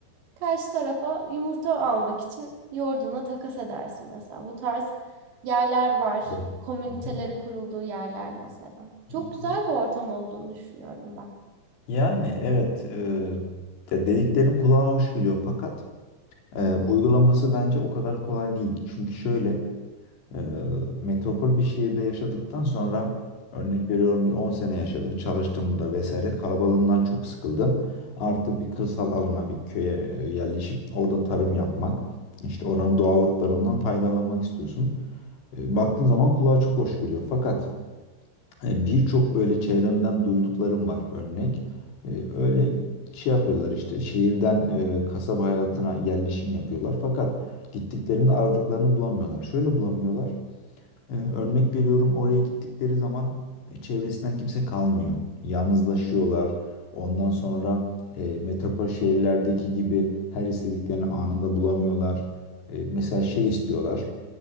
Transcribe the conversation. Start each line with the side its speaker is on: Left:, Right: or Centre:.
Right: Karşı tarafa yumurta almak için yoğurduna takas edersin mesela. Bu tarz yerler var.
Left: Evet.
Right: Komünitelerin
Left: Hı
Right: kurulduğu yerler mesela.
Left: hı.
Right: Çok güzel bir ortam olduğunu düşünüyorum ben.
Left: Yani evet e, de- dediklerin kulağa hoş geliyor fakat e, uygulaması bence o kadar kolay değil. Çünkü şöyle e, metropol bir şehirde yaşadıktan sonra örnek veriyorum bir 10 sene yaşadın, çalıştın burada vesaire kalabalığından çok sıkıldın. Artık bir kırsal alana bir köye e, yerleşip orada tarım yapmak, işte oranın doğallıklarından faydalanmak istiyorsun. E, baktığın zaman kulağa çok hoş geliyor fakat Hani birçok böyle çevremden duyduklarım var örnek. Ee, öyle şey yapıyorlar işte şehirden e, kasaba hayatına yerleşim yapıyorlar. Fakat gittiklerinde aradıklarını bulamıyorlar. Şöyle bulamıyorlar. Ee, örnek veriyorum oraya gittikleri zaman e, çevresinden kimse kalmıyor. Yalnızlaşıyorlar. Ondan sonra e, metropol şehirlerdeki gibi her istediklerini anında bulamıyorlar. E, mesela şey istiyorlar.